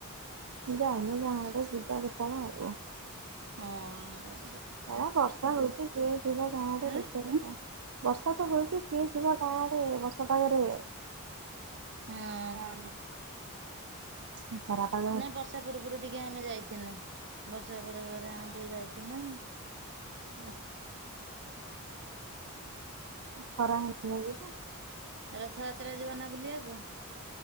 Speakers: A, on the right; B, on the right.
A: ଯାଇନୁ ଗାଁ କୁ ଯିବା ଦେଖା ହବା ଆଉ।
B: ହଁ ଯେ
A: ଏରା ବର୍ଷା ହୋଉଚି କିଏ ଯିବ ଗାଁ କୁ
B: ଆଁ
A: ଦେଖିଆ ପାଇଁକା। ବର୍ଷା ତ ହୋଉଚି କିଏ ଯିବ ଗାଁ ଆଡ଼େ ବର୍ଷା ପାଗରେ।
B: ହଁ
A: ସାମିଲ ଉଁ ଖରା ପା
B: ନାଇଁ ବର୍ଷା ପୂର୍ବରୁ ଟିକେ ଆମେ ଯାଇଥିନୁ। ବର୍ଷା ଏପଟେ ଫେରେ ଆମ ଟିକେ ଯାଇଥିଲୁ ଆ
A: ଖରା ହେଇସ ନା ଯିବୁ।
B: ରଥଯାତ୍ରା ଯିବ ନା ବୁଲିଆକୁ।